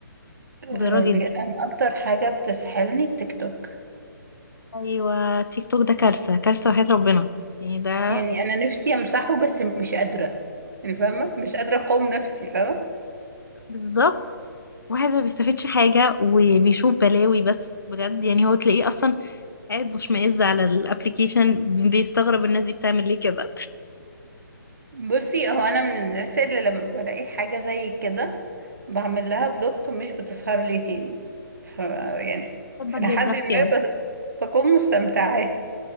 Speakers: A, on the right; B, on the left.
A: أه،
B: مضرة جدا
A: بج- انا اكتر حاجه بتسحلني التيك توك
B: أيوة تيك توك ده كارثة كارثة وحياة ربنا يعني ده
A: يعني انا نفسي امسحه بس مش قادره يعني فاهمه مش قادره اقاوم نفسي فاهمه
B: بالظبط واحد ما بيستفادش حاجة وبيشوف بلاوي بس بجد يعني هو تلاقيه أصلا قاعد مشمئز على الابليكيشن بيستغرب الناس دي بتعمل ليه كده
A: بصي هو انا من الناس اللي لما بلاقي حاجه زي كده بعمل لها بلوك مش بتسهر لي تاني ف يعني
B: بحب أجلد
A: لحد
B: نفسي
A: ما
B: أوي.
A: ب- بكون مستمتعه